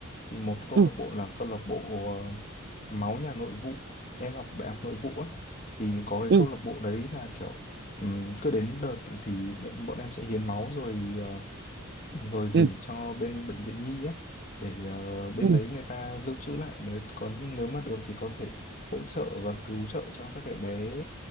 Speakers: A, on the left; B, on the right.
A: thì một câu
B: Ừ,
A: lạc bộ là câu lạc bộ ờ, máu nhà nội vụ em học đại học nội vụ á thì có cái
B: ừ,
A: câu lạc bộ đấy là kiểu ừm, cứ đến đợt thì bên- bọn em sẽ hiến máu rồi ờ, rồi
B: ừ,
A: gửi cho bên bệnh viện nhi á để ờ, bên
B: ừ,
A: đấy người ta lưu trữ lại nếu có nếu mà được thì có thể hỗ trợ và cứu trợ cho các cái bé